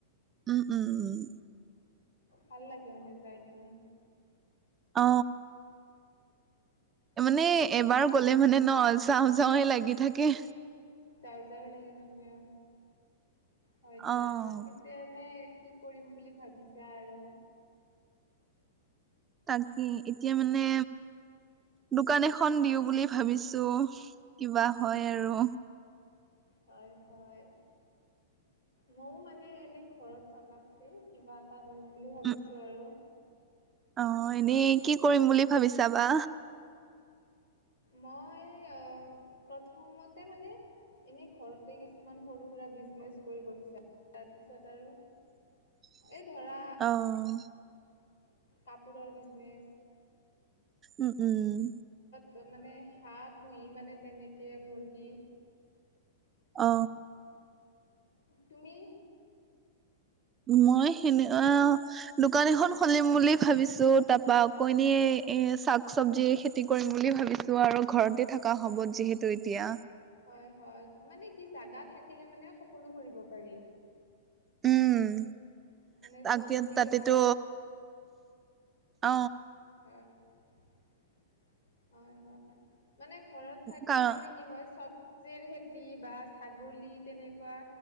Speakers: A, on the right (about 25°); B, on the left (about 65°).
A: উম-উম-উম
B: ভাল লাগে মানে যাই কিনে
A: অ, মানে
B: হয়
A: এবাৰ গলে মানে ন চাওঁ যাওএ লাগি থাকে।
B: চাৰ্জাৰো লাগি থাকে হয় দিয়া
A: অ',
B: পিছে এনেই কি কৰিম বুলি ভাবিছা আৰু
A: তাকে এতিয়া মানে দোকান এখন দিও বুলি ভাবিছো কিবা হয় আৰু
B: হয়-হয় মইও মানে এনে ঘৰত থকাতকে কিবা এটা কৰিম বুলি ভাবিছোঁ
A: উম,
B: আৰু
A: অ, এনেই কি কৰিম বুলি ভাবিছাবা
B: মই অ প্ৰথমতে মানে এনে ঘৰতে কিছুমান সৰু সুৰা এটা বিজনেছ কৰি বহিছে তাৰপিছত আৰু
A: <inaudible>
B: এই ধৰা
A: অ',
B: কাপোৰৰ বিজনেছ
A: উম-উম-উম
B: তাৰ মানো হাঁহ পুহি মানে তেনেকে মুৰ্গী
A: অ,
B: তুমি?
A: মই সেনে অ, দোকান এখন খুলিম বুলি ভাবিছো তাপা কইনে এ শাক চবজিয় খেতি কৰিম বুলি ভাবিছো আৰু ঘৰতে থকা
B: হয়।
A: হবত যিহেতু এতিয়া
B: হয় হয় মানে কি জেগা থাকিলে মানে সকলো কৰিব পাৰি।
A: উম
B: মানে
A: তাকে
B: চব্জিৰ
A: তাতেতো
B: হওক
A: অ,
B: হয়-হয়-হয় মানে ঘৰত থাকিলে
A: কা
B: মানে কি হয় চব <unintelligible> বা ছাগলী তেনেকুৱা